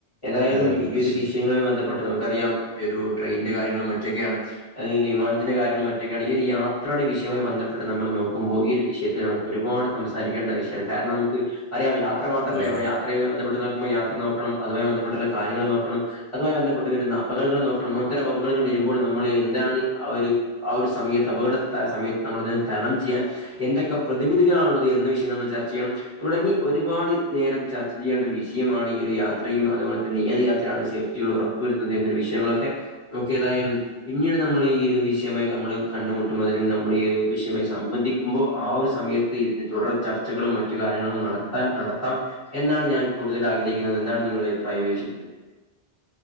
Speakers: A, on the left; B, on the right.
A: ഏതായാലും
B: അതെ തീർച്ചയായും
A: ഈ ഒരു വിയങ്ങള്ല് ബന്ധപ്പെട്ട് നമുക്ക് തടിയാം വെരൂ ട്രെയ്ന്റെ കാര്യങ്ങളും മറ്റൊക്കെയാണ് അൽ വിമാനത്തിന്റെ കാര്യങ്ങളും മറ്റൊക്കേണ് ഈ ഒരു യാത്രയുടെ വിശ് ക്ക്യുമായി ബന്ധപ്പെട്ട് നമ്മള് നോക്കുമ്പോ ഈ ഒരു വിഷയത്തിൽ നമുക്ക് ഒരുപാട് സംസാരിക്കേണ്ട വിഷ്യാണ് കാര്ണം നമുക്ക് അറിയാം യാത് ത്രല്ല
B: അതെ
A: നമ്മെളെ യാത്രയെ <unintelligible> ബന്ധപ്പെട്ട് നോക്കുമ്പോ യാത്ര നോക്കണം അതുമായി ബന്ധപ്പെട്ട്ള്ള കാര്യങ്ങള് നോക്കണം അതുമായി ബന്ധപ്പെട്ട വെരുന്ന അപകടങ്ങള് നോക്കണം. അത്തരം അപകടങ്ങൾ വെരുമ്പോൾ നമ്മൾ എന്താണ് ആഹ് ഒരു ആ ഒരു സമയത്ത് അപകട ഹ സമയത്ത് നമ്മളതിനെ ത്തരണം ചെയ്യാൻ എന്തൊക്കെ പ്രതിവിധികളാണ് ഇള്ളത് എന്ന് വിഷയങ്ങൾ <unintelligible> നമ്മൾ ചർച്ച ചെയ്യണം തുടങ്ങി ഒരു ഒരുപാട് നേരം ചർച്ച ചെയ്യേണ്ടൊരു വിഷ്യമാണ് ഈ ഒരു യാത്രയും അതുപോലെ തന്നെ ഏത് യാത്രയാണ് സേഫ്റ്റികൾ ഉറപ്പ- പൊരുത്തം തന്നെ ഒരു വിഷ്യയങ്ങളൊക്കെ നമുക്കേ തായാലും പിന്നീട് നമ്മള് ഈ ഒരു വിഷ്യയമായി നമ്മള് കണ്ട്മുട്ടും അതി- നമ്മള് ഈ ഒഹ് <unintelligible> വിഷ്ഷ്യം മെ സംബന്ധിക്കുമ്പോ ആ ഒരു സമയത്ത് ഇതിന് തൊടർ ചർച്ചകളും മറ്റു കാര്യങ്ങളും നടത്താൻ എൻ നടത്താം എന്നാണ് ഞാൻ കൂടുതൽ ആഗ്രഹിക്കുന്നത് എന്താണ് നിങ്ങളുടെ അഭിപ്രായം <unintelligible>